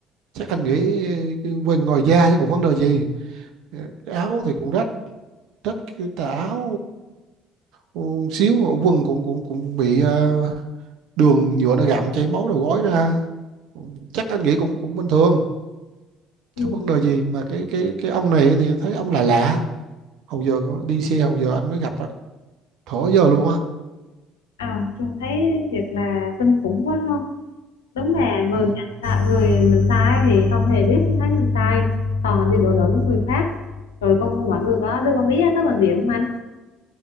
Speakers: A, on the right; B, on the left.
A: chắc anh nghĩ cái quên ngồi da chứ còn vấn đề gì Ờ, cái áo thì cũng rách rách cái tà áo ừ, xíu quần cũng cũng cũng bị ờ, đường nhựa nó gặm chảy máu đầu gối ra chắc anh nghĩ cũng cũng bình thường
B: ừ.
A: chứ vấn đề gì mà cái cái cái ông này thì thấy ông là lạ lạ. hầu giờ có đi xe hầu giờ anh mới gặp á thở giờ luôn á
B: À trông thấy thiệt là kinh khủng quá không Đúng là người
A: ừ.
B: nhận sai, người mình sai thì không hề biết thấy mình sai Toàn là đi đổ lỗi với người khác Rồi con mọi người có đưa con biết tới bệnh viện không anh